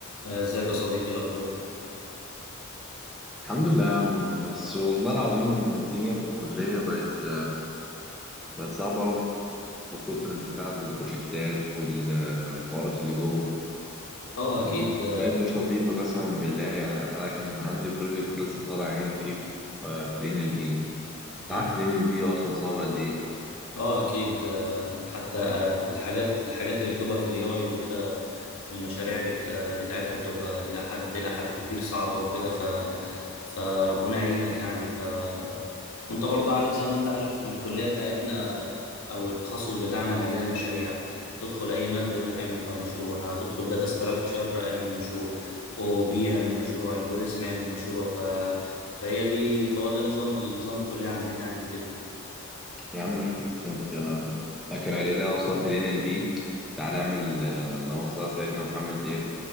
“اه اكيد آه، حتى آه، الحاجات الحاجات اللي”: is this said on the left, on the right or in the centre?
Left